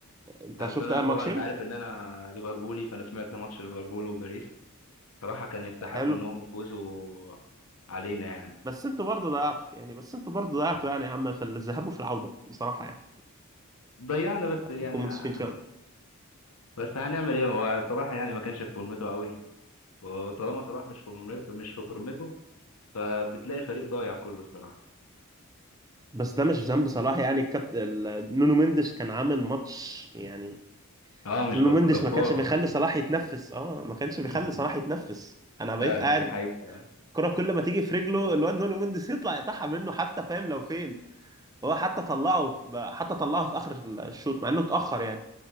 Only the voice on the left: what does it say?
اصل
انا
طبعا
انت عارف ان انا ليفربولي فانا سمعت ماتش ليفربول وباريس صراحه كان يستحقوا
انهم يفوزوا علينا يعني
ضيعنا بس يعني
آه،
بس هنعمل ايه هو صراحه يعني ما كانش في فورمته قوي وطالما صلاح مش في مش في فورمته فبتلاقي الفريق ضايع كله الصراحة
اه مش
جب...
جبار
والله
<laughs>
فعلا
دي حقيقة